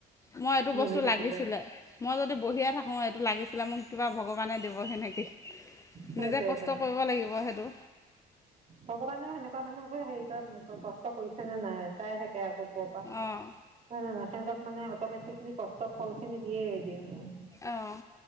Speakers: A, on the left; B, on the right.
A: মই এইটো
B: বহি
A: বস্তু
B: থাকিলে
A: লাগিছিলে, মই যদি বহিয়ে থাকো এইটো লাগিছিল। বোলে মোক কিবা ভগৱানে দিবহি নেকি,
B: সেইটোৱেটো
A: নিজে কষ্ট কৰিব লাগিব সেইটো।
B: ভগৱানেও সেনেকুৱা মানুহে হেৰি কৰে কষ্ট কৰিছে নে নাই চাই থাকে। তেওঁক উপৰ্পা মানে
A: অঁ
B: ৰখাইন্তক মানে অতমেটিকলী কষ্ট ফল নেদিয়ে এডিয়াৰো।
A: অঁ